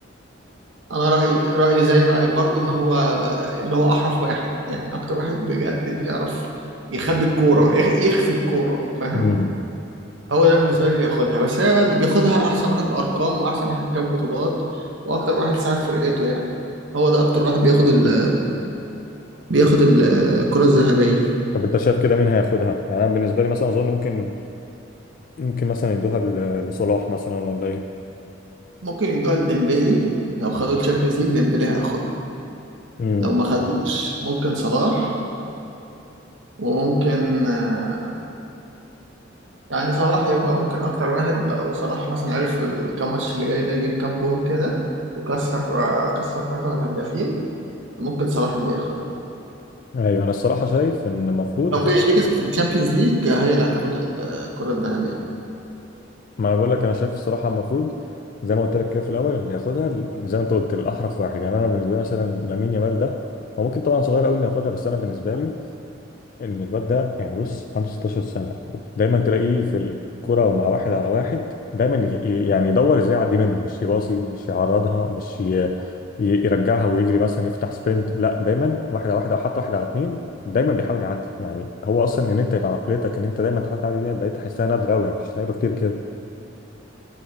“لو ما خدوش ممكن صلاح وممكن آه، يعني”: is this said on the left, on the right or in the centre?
Right